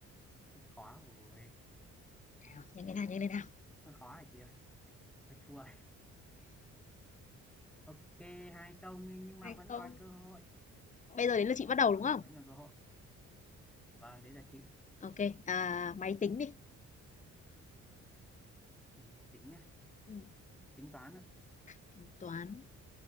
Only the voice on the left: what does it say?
Nào, nhanh lên nào, nhanh lên nào.
hay
không
Bây giờ đến lượt chị bắt đầu,
đúng không?
ok à, máy tính đi.
Ừm,
tính toán,